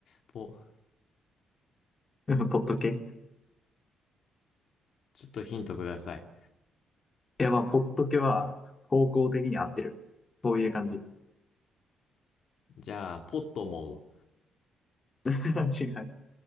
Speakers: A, on the left; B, on the left.
A: ポ、
B: <laughs> ポット毛。
A: ポ、
B: い
A: ちょっとヒントください。
B: や、まあ、ポット毛は方向的に合ってる。そういう感じ。
A: じゃあ、ポットもう。
B: <laughs> 違う。